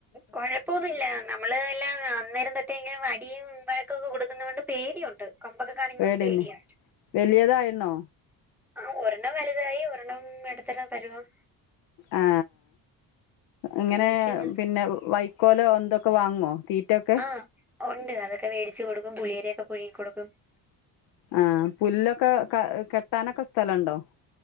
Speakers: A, in the centre; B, on the left.
A: കൊഴപ്പൊന്നുല്ല നമ്മള് എല്ലാം ആ അന്നേരം തൊട്ടേ വടിയും വഴക്കൊക്കെ കൊടുക്കുന്നതു കൊണ്ട് പേടിയുണ്ട് കൊമ്പൊക്കെ കാണിക്കുന്നത്
B: പേടിന്നെ
A: പേടിയാ
B: വലിയതായിരുന്നോ
A: ആ ഒരെണ്ണം വലുതായി ഒരെണ്ണം എടതാരം പരുവാം
B: ആ എങ്ങനെ
A: അങ്ങനെ നിക്കുന്നു
B: പിന്നെ വൈക്കോലോ എന്തൊക്കെ വാങ്ങോ തീറ്റൊക്കെ
A: ആ ഉണ്ട് അതൊക്കെ വേടച്ച്ു കൊടുക്കും പുളിയരൊക്കെ പുഴിങ്ങി കൊടുക്കും
B: ആഹ പുല്ലൊക്കെ ക കെട്ടാനൊക്കെ സ്ഥലുണ്ടോ